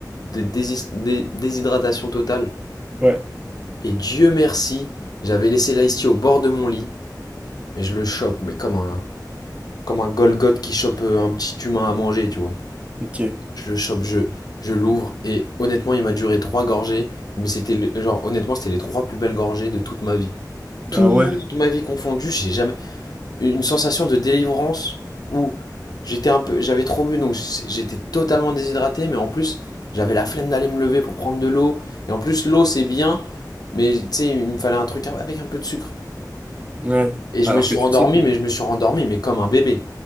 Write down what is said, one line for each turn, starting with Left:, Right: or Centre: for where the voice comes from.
Left: de désis- dé- déshydratation totale.
Right: ouais,
Left: Et Dieu merci, j'avais laissé l'ice tea au bord de mon lit, mais je le chope, mais comme un, comme un Golgoth qui chope euh, un petit humain à manger, tu vois.
Right: ok,
Left: Je le chope, je, je l'ouvre, et honnêtement, il m'a duré trois gorgées, mais c'était, le- genre, honnêtement, c'était les trois plus belles gorgées de toute ma vie. Toute
Right: ah ouais,
Left: ma vie confondue, j'ai jamais une sensation de délivrance où j'étais un peu, j'avais trop bu, donc j'étais totalement déshydraté, mais en plus j'avais la flemme d'aller me lever pour prendre de l'eau. Et en plus l'eau c'est bien, mais tu sais il me fallait un truc avec un peu de sucre.
Right: ouais.
Left: Et je
Right: Alors
Left: me suis
Right: que tu
Left: rendormi,
Right: sais que,
Left: mais je me suis rendormi, mais comme un bébé.